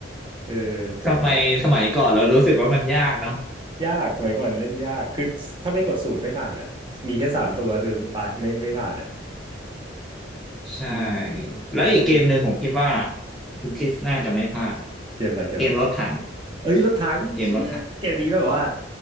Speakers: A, on the right; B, in the centre.
A: เออเจ๋งว่ะ
B: ทำไมสมัยก่อนเรารู้สึกว่ามันยากเนาะ
A: ยากสมัยก่อนเล่นยากคือถ้าไม่กดสูตรไม่ผ่านอ่ะมีแค่สามตัวคือตายไม่ไม่ผ่านอ่ะ
B: ใช่
A: อืมต้องต้อง
B: แล้วอีกเกมหนึ่งผมคิดว่าคุณคริสน่าจะไม่พลาด
A: เกมอะไรเกมอะไร
B: เกมรถถัง
A: เอ้ยรถถังเชี่ยเกมนี้แบบว่า
B: เกมรถถัง